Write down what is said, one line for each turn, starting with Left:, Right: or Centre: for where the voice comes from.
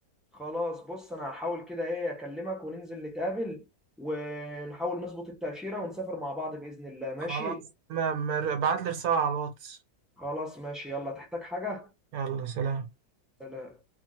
Centre: خلاص بص انا هحاول كده ايه اكلمك وننزل نتقابل ونحاول نظبط التأشيرة ونسافر مع بعض بإذن الله ماشي
Right: خلاص تمام ابعت لي رسالة على الواتس
Centre: خلاص ماشي يلا تحتاج حاجة
Right: يلا سلام
Centre: سلام